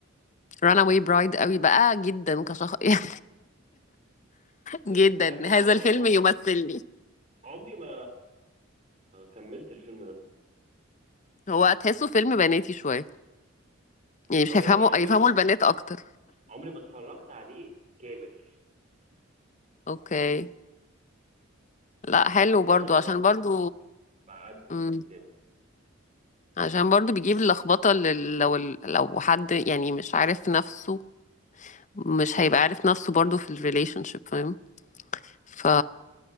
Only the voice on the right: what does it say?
انت عارف إن
انا عمري
عمري
عمري ما كملت الفيلم ده
او
يعني عمري
ما
عمري ما اتفرجت عليه كامل
على
طول كده
اللي هو
ب-
بعدي
من قدامه